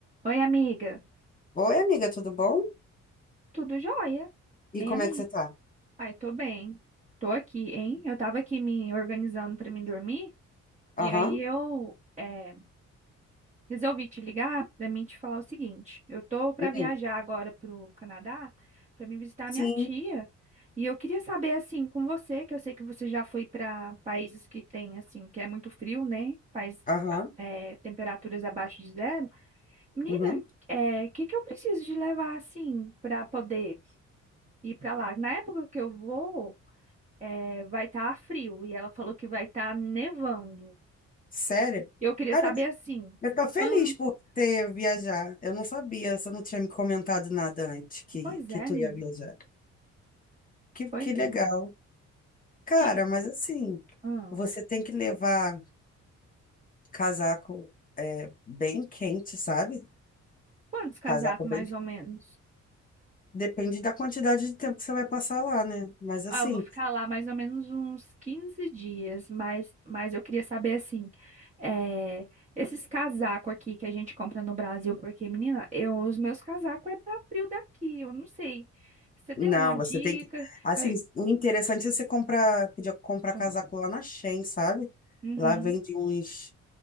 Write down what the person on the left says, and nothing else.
Oi, amiga, tudo bom?
E como
é que você tá?
Aham.
Hum.
Sim.
Aham.
Uhum.
Sério?
Cara,
eu tô
eu tô feliz
por ter viajar. Eu não sabia, você não tinha me comentado nada antes que,
que
tu
ia viajar. Que,
que legal.
Cara,
mas assim,
você tem que levar casaco é, bem quente, sabe?
Casaco bem.
Depende da quantidade de tempo que você vai passar lá, né? Mas assim,
Não,
você
tem que. Assim,
o interessante é você comprar, pedir comprar
casaco lá na Shein, sabe?
Lá vende uns,